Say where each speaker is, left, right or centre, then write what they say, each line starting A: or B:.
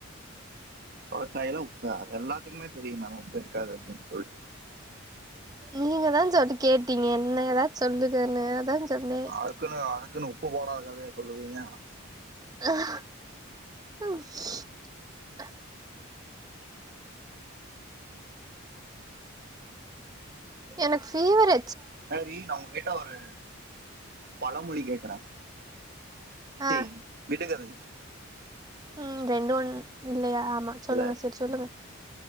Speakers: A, on the right; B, on the right.
A: சுரக்காயில உப்பா அதல்லாம் அதுக்குமேதெரியுமே நமக்கு இருக்காது அப்படின்னு சொல்லிட்டு
B: நீங்க தான் சொல்லி கேட்டீங்க என்ன ஏதாவச்சு சொல்லுகானு அதான் சொன்னேன்
A: அதுக்குன்னு அதுக்குன்னு உப்பு போடாதா கதயா சொல்லுவீங்க
B: <unintelligible> எனக்கு பீவரு
A: ஹரி நான உங்க கிட்ட ஒரு பழமொழி கேட்குறார் த்தி
B: ஆ
A: விடுகதை
B: ம் ரெண்டு ஒன் இல்லையா ஆமா சொல்லுங்க
A: இல்ல
B: செரி சொல்லுங்க
A: ம்,